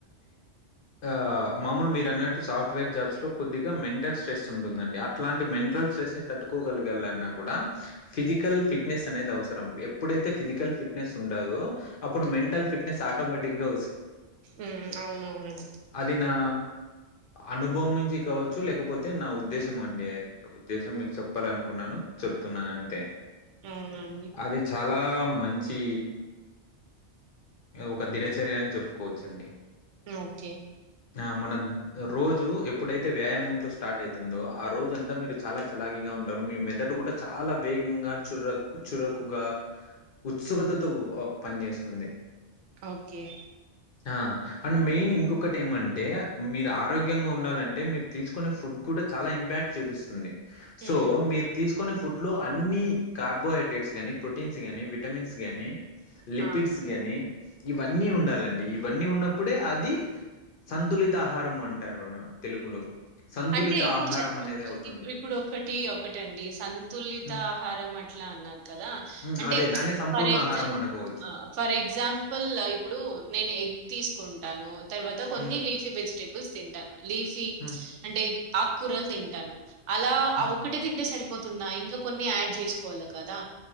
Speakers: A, on the left (about 55°); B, on the right (about 85°).
A: ఆ మామూలు మీరు అన్నట్టు సాఫ్ట్వేర్ జాబ్స్ లో కొద్దిగా మెంటల్ స్ట్రెస్ ఉంటుందండి అట్లాంటి మెంటల్ స్ట్రెస్ని తట్టుకో గలగాలన్నా గుడా ఫిజికల్ ఫిట్నెస్ అనేది అవసరం ఎప్పుడైతే ఫిజి ఫిజికల్ ఫిట్నెస్ ఉంటాదో అప్పుడు మెంటల్ ఫిట్నెస్ ఆటోమేటిక్ గా
B: ఉమ్ అవునవునం
A: అది నా అనుభవం నుంచి కావచ్చు లేకపోతే నా ఉద్దేశం అండి అది ఉద్దేశం మీకు చెప్పాలనుకు కున్నాను చెప్తున్నాను అంతే
B: అవునండి
A: అది చాలా మంచి ఒక దినచర్య చెప్పుకోవచ్చండి
B: ఓకే
A: ఆ మన రోజు ఎప్పుడైతే వ్యాయామంతో స్టార్ట్ అవుతుందో ఆ రోజ అంతా మీరు చాలా చలాగిగా ఉంటారు మీ మెదడు కూడా చాలా వేగంగా చురకు చురుకుగా ఉత్సుకతతో పనిచేస్తుంది
B: ఓకే
A: ఆ! అండ్ మెయిన్ ఇంకొకటి ఏమంటే మీరు ఆరోగ్యంగా ఉండాలంటే మీరు తీసుకునే ఫుడ్ కూడా చాలా ఇంప్యాక్ చూపిస్తుంది సో
B: ఉమ్
A: మీరు తీసుకునే ఫుడ్ లో అన్ని కార్బోహైడ్రేట్స్ గానీ ప్రోటీన్స్ గానీ విటమిన్స్ గానీ లిపిడ్స్
B: ఆ
A: ని ఇవన్నీ ఉండాలండి ఇవన్నీ ఉన్నప్పుడే అది సంతులిత ఆహారం అంటు టారు తెలుగులో సంతులిత
B: అంటే ఇప్పుడు
A: ఆహారం
B: చ
A: అనేది అవుతుంది.
B: ఇప్పుడు ఒకటి ఒకటండి సంతులిత
A: హ్మ్.
B: ఆహారం అట్లా అట్లా అన్నారు కదా
A: హ్మ్.
B: అంటే
A: అదే దాన్ని సంపూర్ణ
B: ఫర్ ఎగ్జాంపుల్
A: ఆహారం అనుకోవచ్చు.
B: ఫర్ ఎగ్జాంపుల్ ఇప్పుడు నేను ఎగ్ తీసుకుంటాను తర్వాత కొన్ని
A: హ్మ్.
B: లీఫీ వెజిటేబుల్ బుల్స్ తింటాను లీఫీ
A: హ్మ్.
B: అంటే ఆకూరలు తింటాను అలా
A: హ్మ్.
B: ఆ ఒకటే తింటే సరి పోతుందా ఇంక కొన్ని ఆడ్ చేసుకోవాలా కదా